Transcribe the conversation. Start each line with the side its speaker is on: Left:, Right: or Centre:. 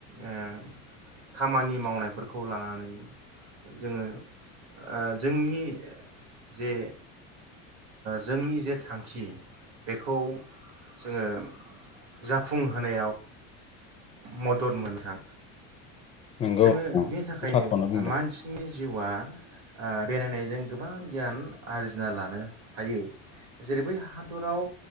Right: ओ खामानि मावनायफोरखौ लानानै जोङो ओ जोंनि जे जोंनि जे थांखि बेखौ जोङो जाफुंहोनायाव मदद मोनथों
Left: नोंगौ
Right: जो <unintelligible> नि थाखायनो
Left: थारखौनो बुंदों
Right: मानसिनि जिउआ बेरायनायजों गोबां गियान आरजिना लानो हायो जेरै बै हादराव